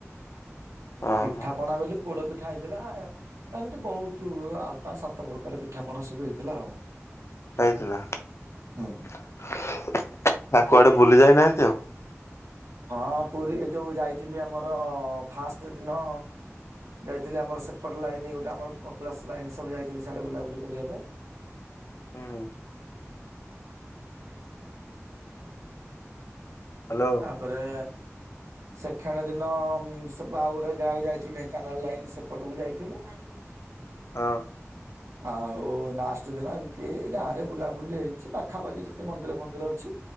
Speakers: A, on the left; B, on the right.
A: ଓହୋ
B: ପିଠା ପଣା ବୋଲି ପୋଡ ପିଠା ହେଇଥିଲା। ଏମିତି ବହୁତ ପାଞ୍ଚ ସାତ ପ୍ରକାର ପିଠାପଣା ସବୁ ହେଇଥିଲା ଆଉ
A: ହେଇଥିଲା
B: ହୁଁ।
A: ତା କୁଆଡେ ବୁଲି ଯାଇନାହାନ୍ତି ଆଉ
B: ହଁ ପୁରୀ ଏ ଯୋଉ ଯାଇଥିଲି ଆମର ଫାଷ୍ଟ ଦିନ ଯାଇଥିଲି ଆମର ସେପଟ ଲାଇନ ଗୋଟେ ଆମର କପିଳାସ ଲାଇନ ସବୁ ଯାଇଥିଲି ସିଆଡେ ବୁଲାବୁଲି କରିବା ପାଇଁ।
A: ହୁ ହ୍ୟାଲୋ
B: ତାପରେ ସେକେଣ୍ଡ ଦିନ ସେ ଆଉ ଗୋଟେ ଯାହାକୁ ଯାଇଥିଲୁ ଢେଙ୍କାନାଳ ଲାଇନ ସେପଟକୁ ଯାଇଥିଲୁ। ପାରି
A: ହଁ
B: ଆଉ ଲାଷ୍ଟ ଦିନ ଏମିତି ଗାଁ ରେ ବୁଲାବୁଲି ହେଇଛି ପାଖାପାଖି ଯେତେ ମନ୍ଦିର ଫନ୍ଦିର ଅଛି।